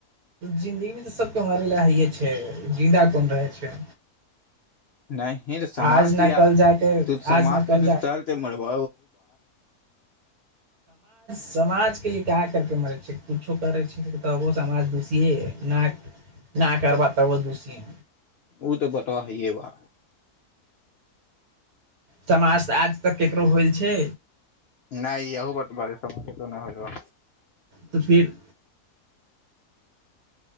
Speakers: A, on the right; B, on the left.
A: जिंन्दगी मे तऽ सबके मरे लए हइे छै जिन्दा कोन रहै छै
B: नहि रे समाज
A: आज न
B: के लेल
A: कल जाके
B: तू समाज
A: आज न
B: के
A: कल
B: लेल कुछ
A: जा
B: कर के मरब
A: समाजके लिए क्या करके मरै छै किछो करै छै तबो समाज दुषिये है ना ना करबा तबो दुषीेये
B: ओ तऽ बतबा हइये बा
A: समाज आज तक केकरो होइल छै
B: नहियहू बात बा समाज त नहि हो
A: तऽ फेर